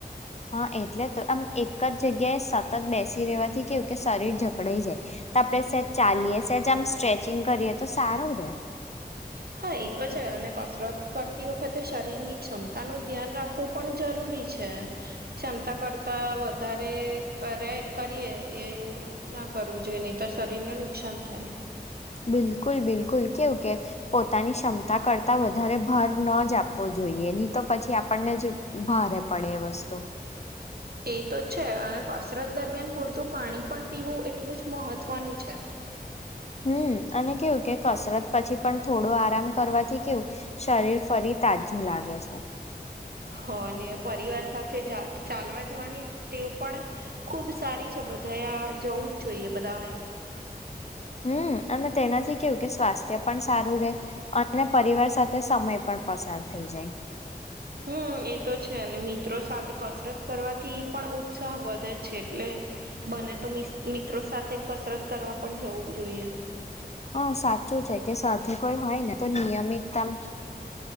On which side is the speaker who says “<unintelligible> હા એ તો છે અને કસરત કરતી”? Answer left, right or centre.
Right